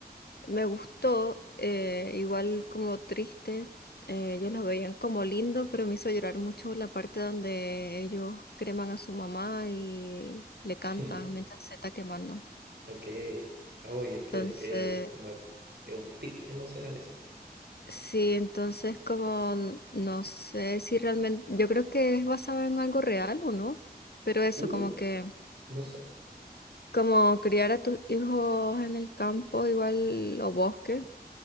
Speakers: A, on the left; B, on the right.
A: me gustó, eh, igual como triste, eh, ellos lo veían como lindo, pero me hizo llorar mucho la parte donde ellos creman a su mamá y le
B: <laughs>
A: cantan mientras se está quemando.
B: Ok. Uy, es que
A: Entonces...
B: el que es como el, es un pic emocional ese.
A: Sí, entonces como no sé si realmente, yo creo que es basado en algo real o no, pero eso
B: Uh,
A: como que,
B: no sé.
A: como criar a tus hijos en el campo igual o bosque,